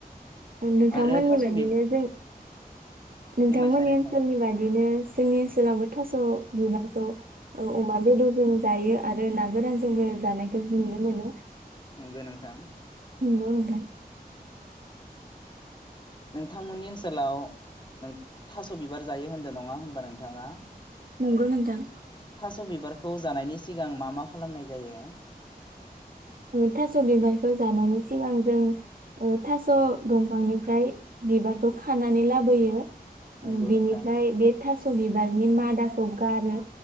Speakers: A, on the right; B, on the left.
A: नोंथांमोननि
B: आरो थास'
A: बादिनो
B: बि
A: जों नोंथांमोननि
B: बुंनायसाय नोंथां
A: ओनसोलनि बादिनो जोंनि ओनसोलावबो थास' बिबारखौ औ अमा बेदरजों जायो आरो ना गोरानजोंबो जानायखौ जों नुनो मोनो।
B: नोंगो नोंथां।
A: नंगौ नोथां।
B: नोंथांमोननि ओनसोलाव नो थास' बिबार जायो होनदो नङा होमबा नोंथाङा।
A: नंगौ नोंथां।
B: थास' बिबारखौ जानायनि सिगां मा मा खालामनाय जायो?
A: ओ थास' बिबारखौ जानायनि सिगां जों ओ थास' दंफांनिफ्राय बिबारखौ खानानै लाबोयो।
B: नंगौ
A: ओ बेनिफ्राय
B: नोंथां
A: बे थास' बिबारनि मादाखौ गारो